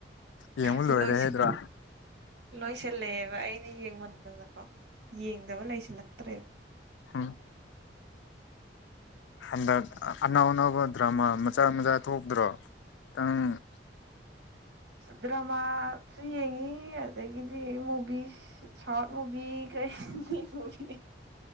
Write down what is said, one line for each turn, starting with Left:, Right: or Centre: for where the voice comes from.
Left: ꯌꯦꯡꯕ
Right: ꯗꯨ
Left: ꯂꯣꯏꯔꯦ
Right: ꯂꯣꯢꯁꯜꯂꯦ
Left: ꯍꯥꯏꯗ꯭ꯔꯥ
Right: ꯂꯣꯏꯁꯤꯜꯂꯦꯕ ꯑꯩ ꯑꯩ ꯌꯦꯡꯃꯟꯗꯅꯀꯣ ꯌꯦꯡꯗꯕ ꯂꯩꯁꯤꯜꯂꯛꯇ꯭ꯔꯦ
Left: ꯍꯨꯝ ꯍꯟꯗꯛ ꯑꯅꯧ ꯑꯅꯧꯕ ꯗ꯭ꯔꯥꯃ ꯃꯆꯥ ꯃꯆꯥ ꯊꯣꯛꯇ꯭ꯔꯣ ꯇꯪ
Right: ꯗ꯭ꯔꯥꯃꯁꯨ ꯌꯦꯡꯉꯤ ꯑꯗꯒꯤꯗꯤ ꯃꯨꯚꯤꯁ ꯁꯥꯎꯠ ꯃꯨꯚꯤ ꯀꯩ ꯍꯤꯟꯗꯤ ꯃꯨꯚꯤ